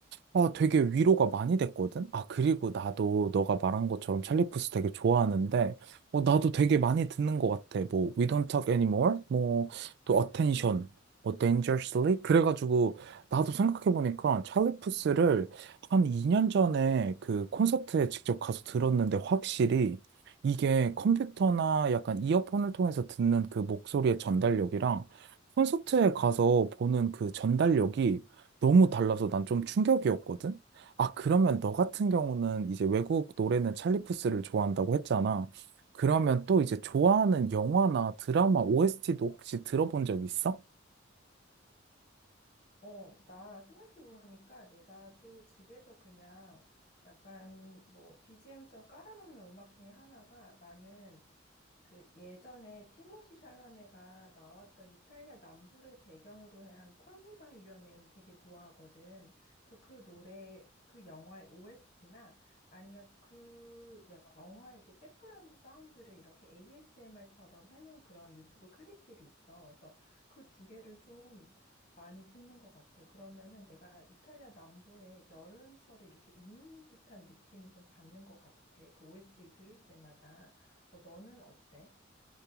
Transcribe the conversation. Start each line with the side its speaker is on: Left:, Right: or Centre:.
Right: 아, 되게 위로가 많이 됐거든? 아, 그리고 나도 너가 말한 것처럼 찰리 푸스 되게 좋아하는데, 어, 나도 되게 많이 듣는 것 같아. 뭐, We Don't Talk Anymore, 뭐, 또 Attention, 뭐, Dangerously? 그래가지고, 나도 생각해보니까 찰리 푸스를 한 2년 전에 그 콘서트에 직접 가서 들었는데, 확실히 이게 컴퓨터나 약간 이어폰을 통해서 듣는 그 목소리의 전달력이랑 콘서트에 가서 보는 그 전달력이 너무 달라서 난 좀 충격이었거든? 아, 그러면 너 같은 경우는 이제 외국 노래는 찰리 푸스를 좋아한다고 했잖아. 그러면 또 이제 좋아하는 영화나 드라마 OST도 혹시 들어본 적 있어?
Left: 어, 나 생각해보니까 내가 또 집에서 그냥 약간 뭐 BGM처럼 깔아놓는 음악 중에 하나가 나는 그 예전에 티모시 샬라메가 나왔던 이탈리아 남부를 배경으로 한 콜미 바이 유어 네임을 되게 좋아하거든. 그래서 그 노래, 그 영화의 OST나 아니면 그 영화의 이렇게 백그라운드 사운드를 이렇게 ASMR처럼 해놓은 그런 유튜브 클립들이 있어. 그래서 그 두 개를 좀 많이 듣는 것 같아. 그러면은 내가 이탈리아 남부에 여름철에 이렇게 있는 듯한 느낌을 좀 받는 것 같아. 그 OST를 들을 때마다. 어, 너는 어때?